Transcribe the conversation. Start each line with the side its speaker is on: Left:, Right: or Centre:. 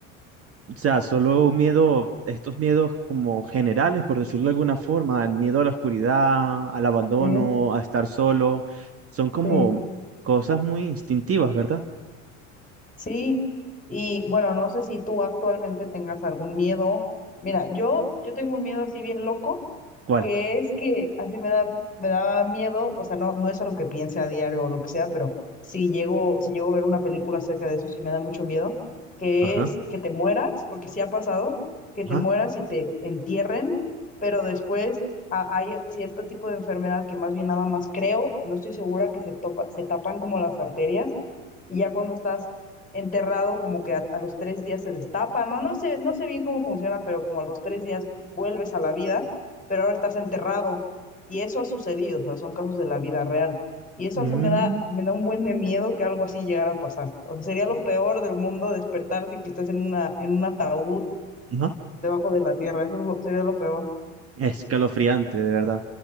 Right: O sea, solo miedo, estos miedos como generales, por decirlo de alguna forma, el miedo a la oscuridad, al abandono,
Left: Sí,
Right: a estar solo, son como
Left: sí.
Right: cosas muy instintivas, ¿verdad?
Left: Sí, y bueno, no sé si tú actualmente tengas algún miedo. Mira, yo, yo tengo un miedo así bien loco,
Right: ¿Cuál?
Left: que es que así me da, me daba miedo, o sea, no, no es algo que piense a diario o lo que sea, pero si llego, si llego a ver una película acerca de eso, sí me da mucho miedo, que
Right: Ajá,
Left: es que te mueras, porque sí ha pasado, que te
Right: ajá,
Left: mueras y te entierren, pero después a- hay cierto tipo de enfermedad que más bien nada más creo, no estoy segura que se topa, se tapan como las arterias. Y ya cuando estás enterrado como que a, a los tres días se destapa, no, no sé, no sé bien cómo funciona, pero como a los tres días vuelves a la vida, pero ahora estás enterrado. Y eso ha sucedido, o sea, son casos de la vida real. Y eso
Right: mm,
Left: a mí me da, me da un buen de miedo que algo así llegara a pasar. O sea, sería lo peor del mundo despertarte y que estás en una, en un ataúd
Right: ajá.
Left: debajo de la tierra. Eso es lo- sería lo peor.
Right: Escalofriante, de verdad.